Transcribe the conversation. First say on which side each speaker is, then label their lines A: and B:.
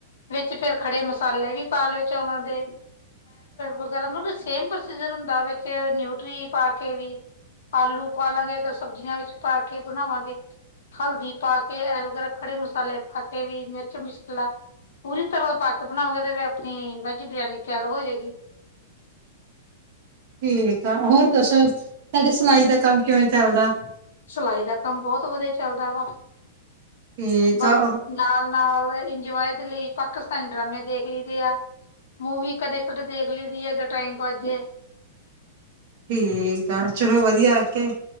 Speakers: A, on the left (about 75°); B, on the right (about 40°).
A: ਵਿੱਚ ਫਿਰ ਖੜ੍ਹੇ ਮਸਾਲੇ ਵੀ ਪਾ ਲਿਓ ਚੋਲਾ ਦੇ। ਵਗੈਰਾ ਮਤਲਬ ਸੇਮ ਪ੍ਰੋਸੀਜਰ ਹੁੰਦਾ ਵਿੱਚ ਨਿਊਟਰੀ ਪਾ ਕੇ ਵੀ। ਆਲੂ ਪਾਲਾ ਗੇ ਕੁੱਛ ਸਬਜ਼ੀਆਂ ਵਿੱਚ ਪਾ ਕੇ ਬਣਾਵਾਂਗੇ, ਹਲਦੀ ਪਾ ਕੇ ਐ ਵਗੈਰਾ ਖੜੇ ਮਸਾਲੇ ਪਾ ਕਿ ਵੀ ਮਿਰਚ ਮਸਾਲਾ ਪੂਰੀ ਤਰ੍ਹਾਂ ਦਾ ਪਾ ਬਣਾਓਗੇ ਤੇ ਆਪਣੀ ਵੈਜੀ ਬਰਿਆਨੀ ਤਿਆਰ ਹੋ ਜਾਏਗੀ।
B: ਠੀਕ ਆ, ਹੋਰ ਦੱਸੋ, ਤੁਹਾਡੇ ਸਿਲਾਈ ਦਾ ਕੰਮ ਕਿਵੇਂ ਚੱਲਦਾ।
A: ਸਿਲਾਈ ਦਾ ਕੰਮ ਬਹੁਤ ਵਧੀਆ ਚੱਲਦਾ ਵਾ।
B: ਠੀਕ
A: ਬੱਸ
B: ਆ
A: ਨਾਲ-ਨਾਲ ਇੰਜੋਏ ਦੇ ਲਈ ਪਾਕਿਸਤਾਨੀ ਡਰਾਮੇ ਦੇਖ ਲਈਦੇ ਆ। ਮੂਵੀ ਕਦੇ-ਕਦੇ ਦੇਖ ਲਈਦੀ <unintelligible> ਟਾਈਮ <unintelligible> ਜੇ
B: ਠੀਕ ਆ, ਚਲੋ ਵਧੀਆ ਆ ਓਕੇ,